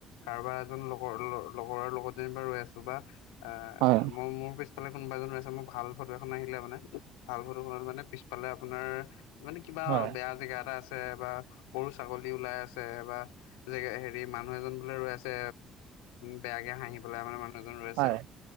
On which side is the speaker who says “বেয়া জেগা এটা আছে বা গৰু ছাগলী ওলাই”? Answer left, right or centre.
Left